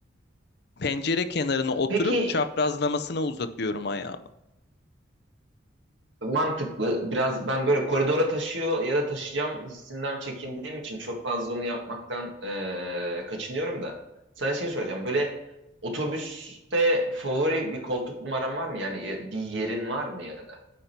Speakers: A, on the left; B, on the right.
A: Pencere kenarına oturup
B: Peki
A: çaprazlamasına uzatıyorum ayağımı.
B: mantıklı. Biraz ben böyle koridora taşıyor ya da taşıyacağım hissinden çekindiğim için çok fazla onu yapmaktan eee, kaçınıyorum da. Sana şey soracağım. Böyle otobüste favori bir koltuk numaran var mı? Yani ye- bir yerin var mı ya da?